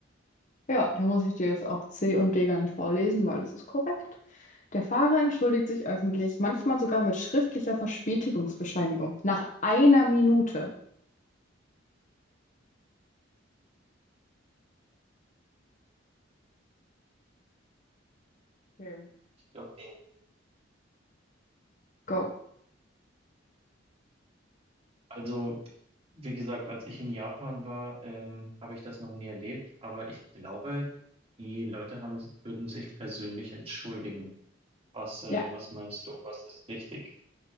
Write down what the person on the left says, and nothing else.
Ja, da muss ich dir jetzt auch C und D gar nicht vorlesen, weil das ist korrekt. Der Fahrer entschuldigt sich öffentlich, manchmal sogar mit schriftlicher Verspätigungsbescheinigung. Nach einer Minute. Okay.
Go.
Ja,